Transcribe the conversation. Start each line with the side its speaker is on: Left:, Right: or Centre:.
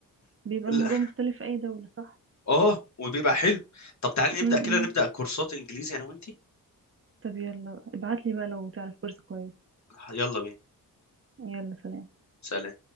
Right: بيبقى
Left: لا.
Right: الموضوع مختلف في أي دولة صح؟
Left: آه وبيبقى حلو طب تعالي نبدأ
Right: م -م.
Left: كده نبدأ كورسات إنجليزي أنا وأنتي
Right: طب يلا ابعتلي بقى لو تعرف كورس كويس
Left: يلا بينا
Right: يلا سلام
Left: سلام